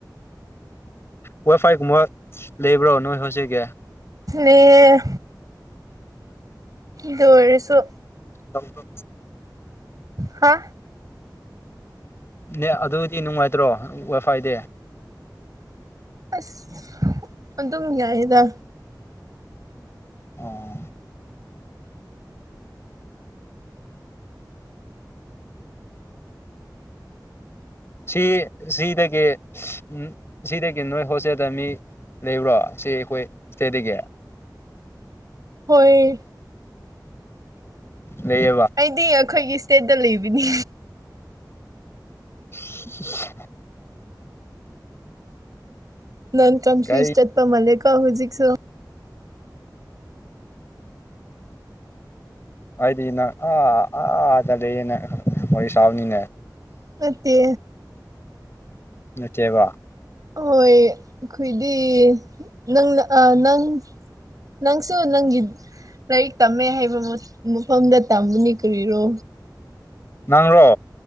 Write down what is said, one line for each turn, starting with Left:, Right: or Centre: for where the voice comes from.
Left: ꯋꯥꯏ ꯐꯥꯏꯒꯨꯝꯕ ꯂꯩꯕ꯭ꯔꯣ ꯅꯣꯏ ꯍꯧꯖꯤꯛꯀꯤ
Right: ꯂꯩ ꯗ ꯑꯣꯏꯔꯁꯨ
Left: ꯊꯝꯣ
Right: ꯍꯥ
Left: ꯅ ꯑꯗꯨꯗꯤ ꯅꯨꯡꯉꯥꯏꯇ꯭ꯔꯣ ꯋꯥꯏꯐꯥꯏꯗ
Right: ꯑꯁ ꯑꯗꯨꯝ ꯌꯥꯏꯌꯦꯗ
Left: ꯑꯣ ꯁꯤ ꯁꯤꯗꯒꯤ ꯎꯝ ꯁꯤꯗꯒꯤ ꯅꯣꯏ ꯍꯣꯁꯇꯦꯜꯗ ꯃꯤ ꯂꯩꯕ꯭ꯔꯣ ꯁꯤ ꯑꯩꯈꯣꯏ ꯁꯇꯦꯗꯒꯤ
Right: ꯍꯣꯏ
Left: ꯂꯩꯌꯦꯕ
Right: ꯑꯩꯗꯤ ꯑꯩꯈꯣꯏꯒꯤ ꯁ꯭ꯇꯦꯠꯇ ꯂꯩꯕꯅꯤ
Left: <unintelligible>
Right: ꯅꯪ ꯀꯟꯐ꯭ꯨꯁ
Left: ꯀꯔꯤ
Right: ꯑꯄ ꯃꯜꯀ ꯍꯨꯖꯤꯛꯁꯨ
Left: ꯍꯥꯏꯗꯤ ꯅꯪ ꯑꯥ ꯑꯥ ꯆꯠꯂꯑꯦꯅꯦ ꯋꯥꯔꯤ ꯁꯥꯎꯅꯤꯅꯦ
Right: ꯃꯠꯇꯦ
Left: ꯅꯠꯇꯦꯕ
Right: ꯍꯣꯏ ꯑꯩꯈꯣꯏꯗꯤ ꯅꯪꯅ ꯅꯪ ꯅꯪꯁꯨ ꯅꯪꯗ ꯂꯥꯏꯔꯤꯛ ꯇꯝꯃꯦ ꯍꯥꯏꯩꯕ ꯃꯐꯝꯗ ꯇꯝꯕꯅꯤ ꯀꯔꯤꯔꯣ
Left: ꯅꯪꯔꯣ